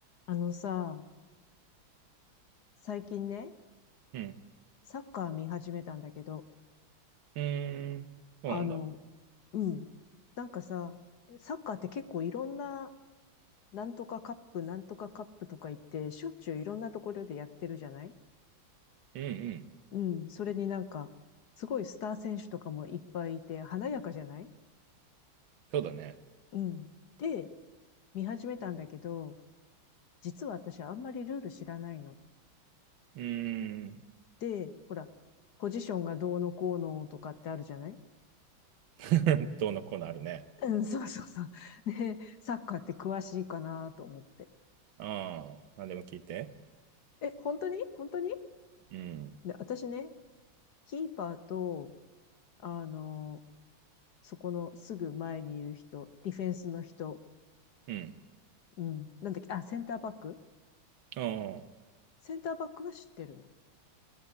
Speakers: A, on the left; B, on the right.
A: あのさ、最近ね、
B: うん。
A: サッカー見始めたんだけど、
B: うーん。そうなんだ。
A: あの、うん。なんかさ、サッカーって結構いろんな、なんとかカップ、なんとかカップとか言って、しょっちゅういろんなところでやってるじゃない
B: うんうん。
A: うん。それになんか、すごいスター選手とかもいっぱいいて、華やかじゃない
B: そうだね。
A: うん。で、見始めたんだけど、実は私あんまりルール知らないの。
B: うーん。
A: で、ほら、ポジションがどうのこうのとかってあるじゃない
B: <laughs> どうのコーナーあるね。
A: うん、そうそうそう。ね、サッカーって詳しいかなと思って。
B: ああ。何でも聞いて。
A: え、本当に本当に
B: うん。
A: で、私ね、キーパーと、あの、そこのすぐ前にいる人、ディフェンスの人、
B: うん。
A: うん、なんだっけ、あ、センターバック
B: あ
A: センターバックは知ってるの。